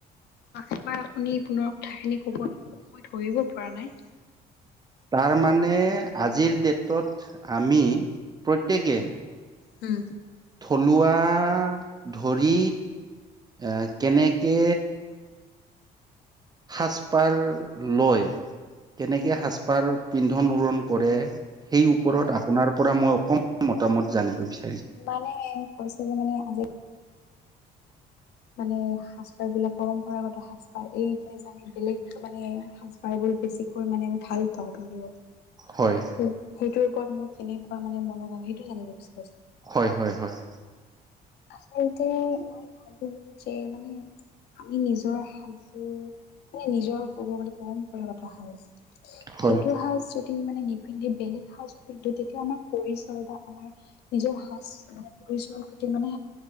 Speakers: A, on the right; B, on the left.
A: <unintelligible> <inaudible>
B: এবাৰ আপুনি পুনৰ কথাখিনি কব নেকি? মই ধৰিব পৰা নাই
A: তাৰ মানে আজিৰ ডেটত আমি প্ৰত্যেকে
B: উম
A: থলোৱা ধৰি এ কেনেকে সাজপাৰ লয়, কেনেকে সাজপাৰ পিন্ধন উৰন কৰে সেই ওপৰত
B: মানে
A: আপোনাৰ পৰা মই অকমান মতামত জানিব বিচাৰিছো
B: মানে কৈছে যে মানে আজি মানে সাজ পাৰ বিলাক পৰম্পৰাগত সাজ পাৰ এই তে জানি বেলেগ মানে সাজ পাৰ বি বেছিকৈ মানে ভাল পাওঁ বুলিও
A: হয়
B: সেই সেইটোৰ ওপৰত মোৰ কেনেকুৱা মানে মনোভাৱ সেইটো জানিব বিচাৰ
A: হয় হয় হয়
B: আচলতে মই ভাবো যে মানে আমি নিজৰ সাজ জোৰ মানে নিজৰ কব গলে পৰম্পৰাগত সাজ
A: হয়
B: সেইটো সাজ যদি মানে নিবি পিন্ধি বেলেগ সাজো পিন্ধো তেতিয়া আমাৰ পৰিচয় বা আমাৰ নিজৰ সাজ মানে পৰিচয়ৰ প্ৰতি মানে